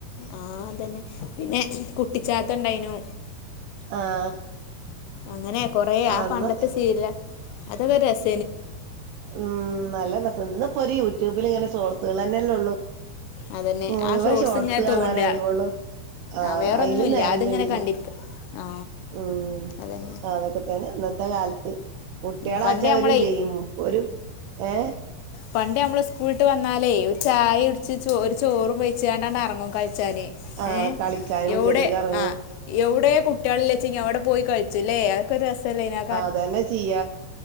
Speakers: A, on the left; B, on the right.
A: ആഹ അതന്നെ പിന്നെ കുട്ടിച്ചത്ത ഉണ്ടായിനു
B: ആഹ്
A: അങ്ങനെ കൊറ ആ
B: അന്ന്
A: പണ്ടത്തെ ശീല അതൊക്കെ രസ
B: ഉം നല്ല രസ ഇന്നിപ്പോ ഒരു യൂട്യൂബിൽ ഇങ്ങനെ സോഴ്സുകൾ തന്നെല്ലേ ഉള്ളു
A: അതന്നെ
B: മുഴുവൻ
A: ആ
B: ഷോർട്സ്
A: ഇങ്ങനെ
B: കാണാനേ
A: തോണ്ട
B: ആഴവോള്ളൂ ആ
A: വേറൊന്നുല്ല
B: അല് നേരം
A: അതിങ്ങനെ
B: കഴിയും
A: കണ്ടിരിക്ക ആ
B: ഉം
A: അതന്നെ
B: ആതക്കത്തനെ ഇത്തെ കാലത്ത് കുട്ടികളാച്ചാ
A: ഉം പണ്ട് നമ്മളെ
B: ഒരു ഗെയിമ ഒരു ഏ
A: പണ്ടി നമ്മള് സ്കൂളിട്ട് വന്നാലേ ചായ ഇടിച്ച് ച ഒരു ചോറും വേിച്ച കണ്ടാണ്ട് ഇറങ്ങും കഴ ശരി
B: ആഹ്
A: ഏ
B: കളിക്കാന് മുറ്റത്ത്ക്ക്
A: എവിടെ
B: എറങ്ങും
A: ആ എവിടെ കുട്ടികളില്ലച്ച അവിടെ പോയി കഴിളി ചു ല്ലേ അതൊക്കെ ഒരു രസല്ല ഇതിന
B: അ തന്നെ ചെയ്യ